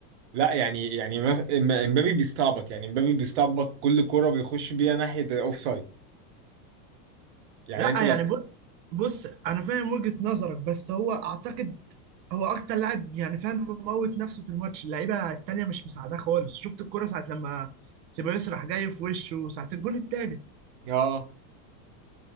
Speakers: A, on the right; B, on the right.
A: لا يعني يعني مس- إم- امبابي بيستعبط يعني امبابي بيستعبط كل كرة بيخش بيها ناحية الأوف سايد يعني
B: لا
A: أنت لو
B: يعني بص بص انا فاهم وجهة نظرك بس هو اعتقد هو اكتر لاعب يعني فاهم مموت نفسه في الماتش اللعيبة التانية مش مساعداه خالص شفت الكرة ساعة لما سيبايوس راح جاي في وشه ساعة الجون التالت
A: اه